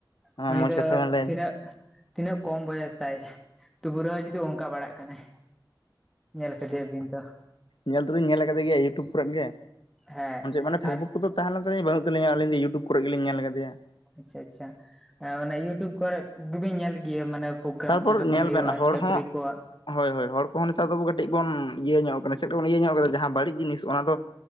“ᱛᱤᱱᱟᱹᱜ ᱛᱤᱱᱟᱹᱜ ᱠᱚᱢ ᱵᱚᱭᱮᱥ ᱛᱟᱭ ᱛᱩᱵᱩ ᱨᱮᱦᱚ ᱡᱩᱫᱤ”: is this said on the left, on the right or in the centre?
Centre